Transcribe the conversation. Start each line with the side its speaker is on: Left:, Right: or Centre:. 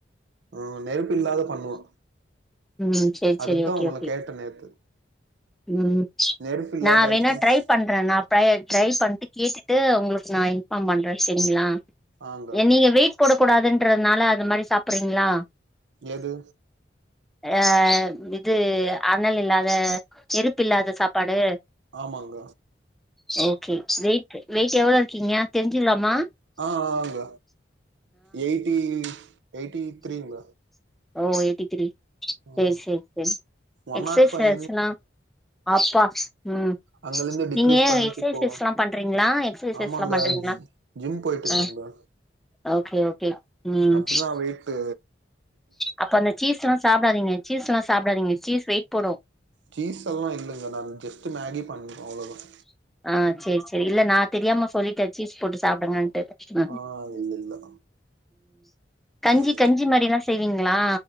Right: ஆ நெருப்பு இல்லாத பண்ணுவே
Centre: ம் செரி
Right: அதுதான்
Centre: செரி ஓகே
Right: உங்கள
Centre: ஓகே
Right: கேட்ட நேத்து
Centre: ம்
Right: நெருப்பு இல்லாத
Centre: நான் வேணா
Right: ஐட்டம்ஸ்
Centre: ட்ரை பண்றேன் நான் ட்ரை பண்ட்டு கேட்டு ட்டு உங்களுக்கு நான் இன்ஃபாம் பண்றேன் சரிங்களா
Right: ஆங்க
Centre: ஏ நீங்க வெயிட் போடக் கூடாதுன்றதுனால அது மாரி சாப்பிறீங்களா
Right: எது
Centre: ஆ இது அனல் இல்லாத எரிப்பு இல்லாத சாப்பாடு
Right: ஆமாங்க
Centre: ஓகே வெயிட் வெயிட் எவ்ளோ இருக்கீங்க தெரிஞ்சுக்லாமா
Right: ஆ ஆஹ்ங்க எயிட்டி எயிட்டி த்ரீங்க
Centre: ஓ எயிட்டி த்ரி
Right: ம்
Centre: செரி செரி செரி
Right: ஒன்
Centre: எக்ஸசைஸ்லா
Right: நாட் ஃபைவ்
Centre: அப்பா ம்
Right: அங்கலருந்து டிக்ரீஸ்
Centre: நீங்க
Right: பண்ணிட்டு
Centre: எக்ஸசைஸ்லா
Right: போவே
Centre: பண்றீங்களா எக்ஸசைஸ்லா
Right: ஆமாங்க
Centre: பண்றீங்களா
Right: ஜிம் போயிட்டு இருந்தங்க
Centre: ஆ ஓகே ஓகே ம்
Right: அப்படிதான் வையிட்டு
Centre: அப்ப அந்த சீஸ்லா சாப்பிடாதீங்க சீஸ்லா சாப்பிடாதீங்க சீஸ் வெயிட் போடும்
Right: சீஸ் எல்லா இல்லங்க நான் ஜஸ்ட் மேகி பண்றோ அவ்ளதான்
Centre: ஆ செரி செரி இல்ல நா தெரியாம சொல்லிட்ட சீஸ் போட்டு சாப்பிடுங்கன்ட்டு
Right: ஆ இல்ல இல்ல
Centre: கஞ்சி
Right: ம்
Centre: கஞ்சி மாரிலா செய்வீங்களா